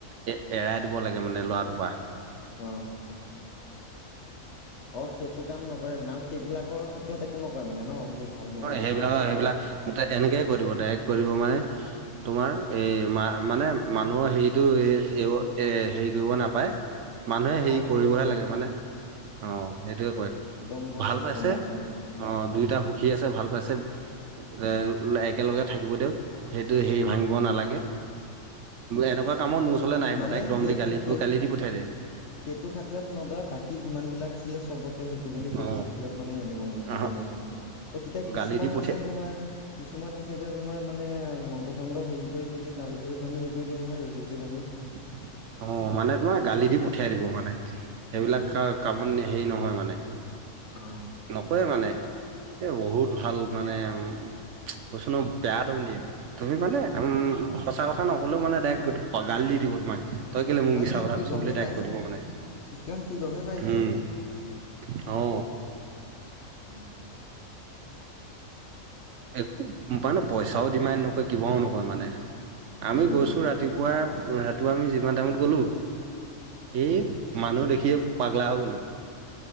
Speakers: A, on the right; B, on the left.
A: এ এৰাই দিব লাগে ত মানে ল'ৰাটোপা
B: অ অ সেইটো কাম নকৰে মানে সেইবিলাকৰ খাতিৰত একো নকয় মানে ন সেই ভাল পোৱা হেৰিটো
A: সেইবিলাক
B: খাতিৰত
A: সেইবিলাকয়া এনেকয়ে কৰিব ডাইৰেক্ কৰিব মানে তোমাৰ এ মা মানে মানুহৰ হেৰিটো এ হেৰি কৰিব নাপায় মানুহে হেৰি
B: অ সেইটোৱে
A: কৰিবহে
B: অ
A: লাগে মানে অ সেইটোৱে কয়
B: গম গম
A: ভাল
B: পাইছো
A: পাইছে
B: গম পাইছো
A: অ দুইটা ভাল পাইছে এ একেলগে থাকিব দিয়ক সেইটো হেৰি
B: উম
A: ভাঙিব নালাগে এনেকুৱা কামত <unintelligible>
B: মানে
A: ডাইৰেক্ট দম
B: সেইটো
A: দি গালি
B: সেই
A: গালি দি পঠিয়াই দিয়ে
B: সেইটো খাতিৰত নদয় বাকী যিমান বিলাক আছিলে চবতে সেইটো কিন্তু সেইটো
A: অ
B: খাতিয়ৰত মানে সে উঠিক
A: আহ
B: গমপাইছো অ কিতা কিছুমান
A: গালি দি পঠিয়াই
B: আছে তোমাৰ কিছুমান আছে এতিয়া তোমাৰ মানে মন্ত্ৰ চন্দ হেৰি কৰি মেলি তাৰ পিছাপ জানী হেৰি কৰি দিয়া নহয় ৰচী ৰচি পানী
A: অ মানে তোমাৰ গালি দি পঠিয়াই দিব মানে সেইবিলাক
B: উম
A: কাম হেৰি নহয় মানে
B: অ।
A: নকয়ে মানে এ বহুত ভাল মানে উম কৈছো নহয় বেয়া ডম দিয়ে তুমি মানে উম সঁচ সঁচাথকথা নক'লেও মানে ডাইৰেক্ট গালি দি দিব মাক তই কেলে মোক
B: কাৰণ
A: মিছাৰ কথা
B: সি
A: কৈছ
B: গমেই
A: বুলি তাইক
B: পায়
A: কৰিব মানে
B: শিকণ সি গমেই পায় যেতিয়া
A: উম অ
B: উম
A: একো মানে পইচাও ডিমান নকৰে কিবাও নকয় মানে আমি
B: উম
A: গৈছো ৰাতিপুৱাই ৰাতিপুৱা আমি যিমান টাইমত গ'লো এই মানুহ দেখিয়ে পাগলা হৈ গলো